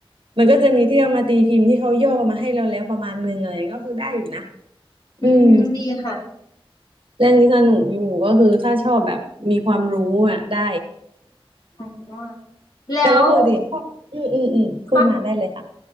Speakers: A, on the right; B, on the left.
A: มันก็จะมีที่เอามาตีพิมพ์ที่เขาย่อมาให้เราแล้วประมาณนึงอะไรก็คือได้อยู่นะอืม
B: อืมดีค่ะ
A: เรื่องนี้สนุกอยู่ก็คือถ้าชอบแบบมีความรู้อ่ะได้
B: อ๋อแล้ว
A: แต่ว่าปกติชอบอืมอืมอืมพูดมาได้เลยค่ะ
B: คะ